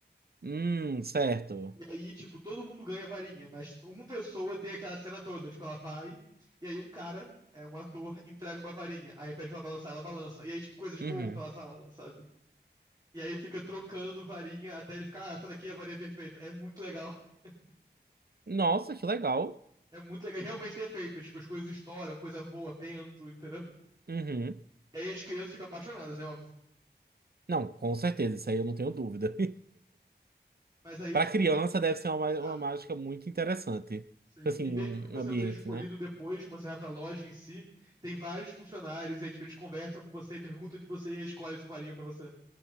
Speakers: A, on the right; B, on the right.
A: Hum, certo.
B: E aí, tipo, todo mundo ganha varinha, mas uma pessoa tem aquela cena toda, tipo, ela vai, e aí um cara, é um ator, entrega uma varinha, aí pede pra balançar, ela balança, e aí, tipo, coisas voam
A: Uhum.
B: pela sala, sabe? E aí fica trocando varinha até ele ficar, ah, essa daqui é a varinha perfeita. É muito legal. <laughs>
A: Nossa, que legal.
B: É muito legal. E realmente tem efeitos, tipo, as coisas estouram, coisa voa, vento, entendeu?
A: Uhum.
B: E aí as crianças ficam apaixonadas, né, óbvio.
A: Não, com certeza, isso aí eu não tenho dúvida. <laughs>
B: Mas aí,
A: Para
B: tipo,
A: criança
B: meio-
A: deve ser uma, ma- uma
B: ah,
A: mágica muito interessante. Tipo
B: Sim.
A: Assim,
B: E mesmo
A: um,
B: que você
A: um ambiente,
B: não seja escolhido
A: né?
B: depois, quando você vai pra loja em si, tem vários funcionários, e aí, tipo, eles conversam com você, perguntam de você e aí escolhem sua varinha pra você.